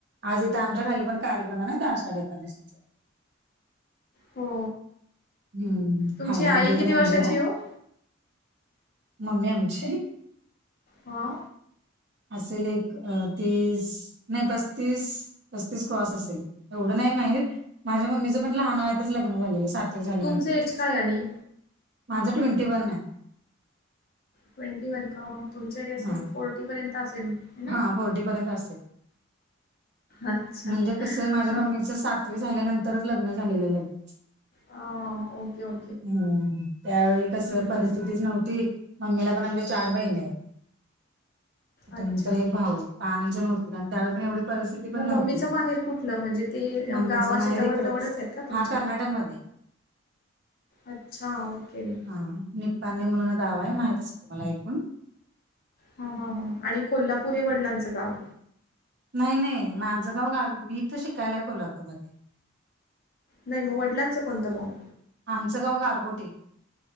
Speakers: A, on the right; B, on the left.
A: आज इथ आमच्या खाली पण, कार्यक्रम आहे ना, त्या आषाढ एकादशीचा.
B: हो.
A: हम्म
B: तुमची
A: खाली आमच्या
B: आई
A: इथं
B: किती
A: मंदिर
B: वर्षाची
A: हाय.
B: हो?
A: मम्मी आमची
B: हां
A: असेल एक तीस, नाही पस्तीस. पस्तीस क्रॉस असेल एवढं नाही माहीत, माझ्या मम्मीचं पण लहान वयातच लग्न झालेलं सात ते झाल्यानंतरच,
B: तुमचे एज काय आणि?
A: माझं ट्वेंटी वन हाय.
B: ट्वेंटी वन का, मग तुमची आई असेल
A: हा
B: फोर्टीपर्यंत असेल. है ना?
A: हा फोर्टी पर्यंत असेल,
B: अच्छा.
A: म्हणजे कसं, माझ्या
B: हां.
A: मम्मीच सात वी झाल्यानंतरच लग्न झालेलं हाय लगीच.
B: ह ओके ओ
A: हम्म, त्यावेळी कस
B: हं.
A: परिस्थितीच नव्हती. मम्मीला पण आमच्या चार बहिणी आहेत, त्याच्यानंतर
B: अच्छा.
A: एक भाऊ. पाच जण होतो आम्ही आणि त्यावेळी काय एवढी परिस्थिती पण
B: मग मम्मीचं
A: नव्हती,
B: माहेर कुठलं? म्हणजे ते
A: मम्मीच
B: गावाशी
A: माहेर
B: जवळ-जवळच
A: इकडंच,
B: आहेत का तुमचे?
A: हा कर्नाटक मध्ये.
B: अच्छा, ओके.
A: हा, निपानी म्हणून गाव हाय, माहित असेल तुम्हाला ऐकून.
B: ह ह ह, आणि कोल्हापुर हे वडिलांचं गाव.
A: नाही नाही, माझं गाव गावी मी इथं शिकायलाय कोल्हापूरला.
B: नाही मग, वडिलांचं कोणतं मग?
A: आमचं गाव गारगोटी.